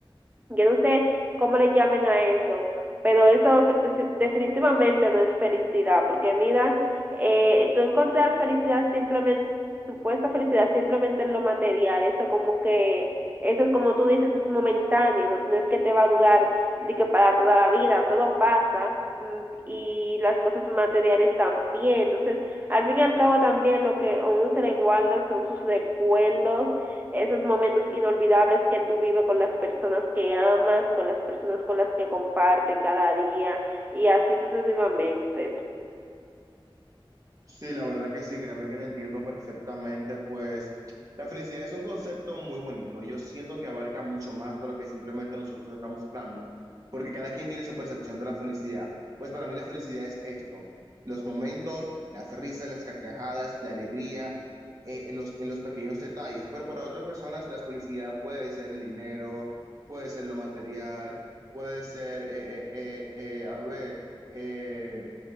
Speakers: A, on the right (about 20°); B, on the right (about 40°).
A: Yo no sé cómo le llamen a eso, pero eso fe- de- definitivamente no es felicidad, porque mira, eh, tú encontrar felicidad simplemente, supuesta felicidad simplemente en lo material, eso como que, eso es como tú dices, es momentáneo, no, no es que te va a durar de que para toda la vida, todo pasa. mm, y las cosas materiales también. Entonces, al fin y al cabo también lo que a uno se le guardan son sus recuerdos, esos momentos inolvidables que tú vives con las personas que amas, con las personas con las que comparte cada día y así sucesivamente.
B: Sí, la verdad que sí, créeme que te entiendo perfectamente, pues la felicidad es un concepto muy bonito y yo siento que abarca mucho más de lo que simplemente nosotros estamos hablando, porque cada quien tiene su percepción de la felicidad. Pues para mí la felicidad es esto, los momentos, las risas, las carcajadas, la alegría, eh, en los, en los pequeños detalles, pero para otras personas la felicidad puede ser el dinero, puede ser lo material, puede ser, eh, eh, eh, eh, a ver, eh,